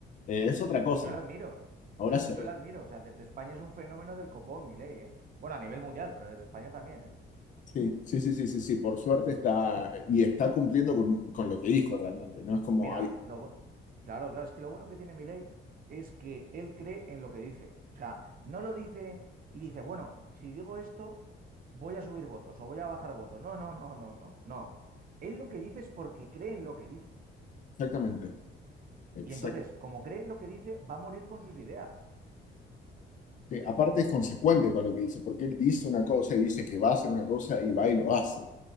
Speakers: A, on the left; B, on the right.
A: eh, es otra cosa.
B: yo la admiro. <laughs>
A: Ahora
B: Yo,
A: se
B: yo
A: ve.
B: la admiro. O sea, desde España es un fenómeno del copón, Milei, ¿eh? Bueno, a nivel mundial, pero desde España también, ¿eh?
A: Sí, sí, sí, sí, sí, sí. Por suerte está, y está cumpliendo con, con lo que dijo realmente. No es como,
B: Mira,
A: ay,
B: lo, bu- claro, claro, es que lo bueno que tiene Milei es que él cree en lo que dice. O sea, no lo dice y dice, bueno, si digo esto, voy a subir votos o voy a bajar votos. No, no, no, no, no, no. Él lo que dice es porque cree en lo que dice.
A: exactamente, exact-
B: Y entonces, como cree en lo que dice, va a morir con sus ideas.
A: sí, Aparte es consecuente con lo que dice, porque él dice una cosa y dice que va a hacer una cosa y va y lo hace.